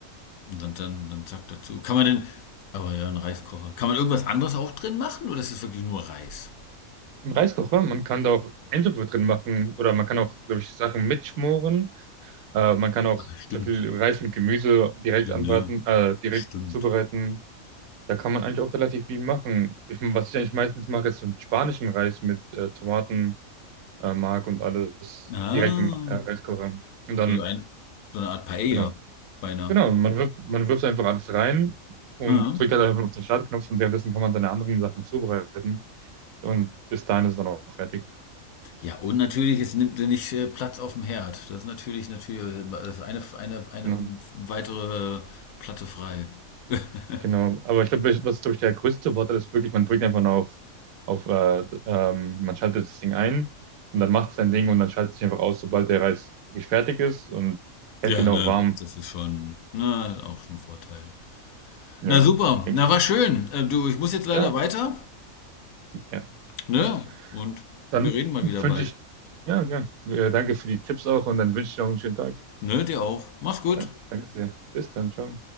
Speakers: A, on the left (about 80°); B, on the right (about 80°).
A: und dann, dann, dann zack dazu. Kann man denn, aber ja, ein Reiskocher. Kann man irgendwas anderes auch drin machen oder ist es wirklich nur Reis?
B: Im Reiskocher, man kann da auch Eintöpfe drin machen oder man kann auch, glaube ich, Sachen mitschmoren. Äh, man kann auch
A: Ah, stimmt.
B: zum Beispiel Reis mit Gemüse direkt
A: Ja,
B: anbraten,
A: ne?
B: äh, direkt
A: Stimmt.
B: zubereiten. Da kann man eigentlich auch relativ viel machen. Ich, meine, was ich eigentlich meistens mache, ist so einen spanischen Reis mit äh, Tomaten, äh, Mark und alles
A: Ah,
B: direkt im äh, Reiskocher. Und dann,
A: also ein, so eine Art Paella,
B: genau,
A: beinahe.
B: genau, man wirft, man wirft einfach alles rein und
A: Ja.
B: drückt halt einfach auf den Startknopf und währenddessen kann man seine anderen Sachen zubereiten. Und bis dahin ist es dann auch fertig.
A: Ja, und natürlich, es nimmt dir nicht äh, Platz auf dem Herd. Das ist natürlich, natürlich, das ist eine, eine, eine
B: Genau.
A: weitere Platte frei. <laughs>
B: Genau, aber ich glaube, was glaube ich der größte Vorteil ist, wirklich, man drückt einfach nur auf, auf äh, ähm, man schaltet das Ding ein und dann macht es sein Ding und dann schaltet es sich einfach aus, sobald der Reis wirklich fertig ist und hält
A: Ja,
B: den
A: ne,
B: auch warm.
A: das ist schon, na, auch schon ein Vorteil.
B: Ja,
A: Na super,
B: denke
A: na
B: ich
A: war
B: auch.
A: schön. Äh, du, ich muss jetzt leider
B: Ja,
A: weiter,
B: ja.
A: ne?
B: Ich,
A: Und
B: dann
A: wir reden mal
B: wünsche
A: wieder bald.
B: ich, ja, ja, äh, danke für die Tipps auch und dann wünsche ich noch einen schönen Tag.
A: Ne, dir auch. Mach's gut.
B: Ja, danke sehr. Bis dann, ciao.